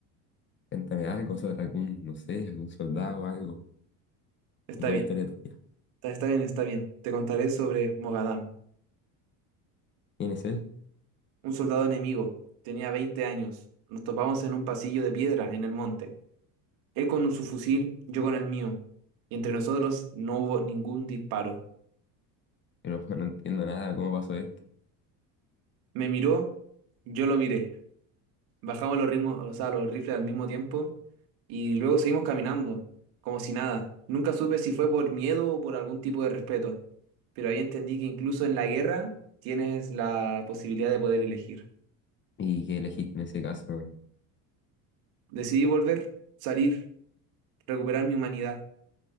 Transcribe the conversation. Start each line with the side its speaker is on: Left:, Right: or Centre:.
Left: Cuéntame algo sobre algún, no sé, algún soldado, algo,
Right: Está
Left: alguna
Right: bien,
Left: historia tuya.
Right: está, está bien, está bien. Te contaré sobre Mogadam,
Left: ¿Quién es él?
Right: un soldado enemigo. Tenía 20 años. Nos topamos en un pasillo de piedra en el monte. Él con su fusil, yo con el mío, y entre nosotros no hubo ningún disparo.
Left: Pero <laughs> no entiendo nada, ¿cómo pasó esto?
Right: Me miró, yo lo miré. Bajamos los ritmos, o sea, los rifles al mismo tiempo y luego seguimos caminando, como si nada. Nunca supe si fue por miedo o por algún tipo de respeto, pero ahí entendí que incluso en la guerra tienes la posibilidad de poder elegir.
Left: ¿Y qué elegiste en ese caso?
Right: Decidí volver, salir, recuperar mi humanidad,